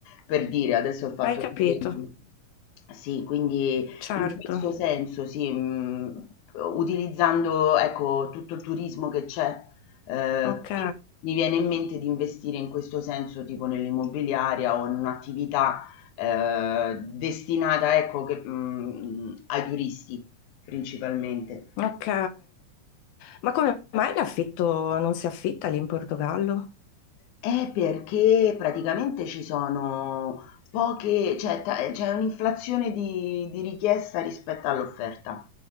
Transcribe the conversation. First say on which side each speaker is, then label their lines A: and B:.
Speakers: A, on the left; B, on the left.
A: per dire, adesso ho fatto
B: Hai capito?
A: l'esempio. Sì, quindi
B: Certo.
A: in questo senso, sì, mh, utilizzando ecco, tutto il turismo che c'è, eh,
B: Ok.
A: qui mi viene in mente di investire in questo senso, tipo nell'immobiliaria o in un'attività eh, destinata ecco, che, mh, ai turisti principalmente.
B: Ok. Ma come mai l'affitto non si affitta lì in Portogallo?
A: È perché praticamente ci sono poche, cioè, ta- c'è un'inflazione di, di richiesta rispetto all'offerta